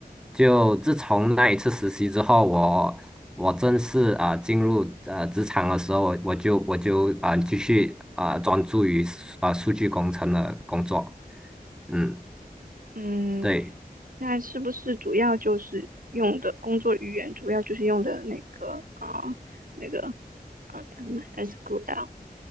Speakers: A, in the centre; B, on the right (about 60°).
A: 就自从那一次实习之后，我我正式啊、呃进入呃职场的时候，我我就我就啊、呃继续啊、呃专注于啊、呃数据工程的工作。嗯，
B: 嗯，
A: 对
B: 那是不是主要就是用的工作语言，主要就是用的那个啊、那个啊、叫什么 SQL，